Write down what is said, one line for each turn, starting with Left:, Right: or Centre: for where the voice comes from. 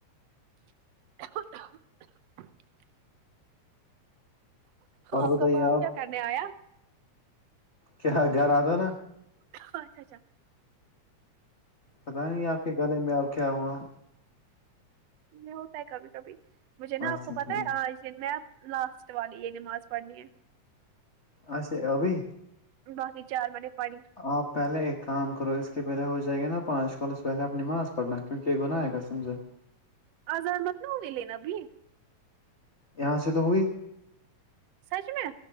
Right: <unintelligible>
Left: اور
Right: آپ
Left: بتائیے
Right: کا باپ کیا کرنے آیا
Left: کیا گھر اتا نا
Right: اچھا اچھا
Left: پتہ نہیں آپ کے گلے میں اب کیا ہوا
Right: یے ہوتا ہے کبھی کبھی مجھے نا
Left: اچھا
Right: آپ کو پتہ
Left: ٹھیک
Right: ہے آج جس میں اب لاسٹ والی یے نماز پڑھنی ہے
Left: اچھا ابھی
Right: باقی چار منٹ پڑھائی میں
Left: آپ پہلے ایک کام کرو اس کے پہلے ہو جائے گے نا پانچ کالس اس پہلے اپنی نماز پڑھنا کیونکہ گناہ ائے گا سمجھے
Right: آزان مت نہ <unintelligible> لینا ابھی
Left: یہاں سے تو ہوئی
Right: سچ میں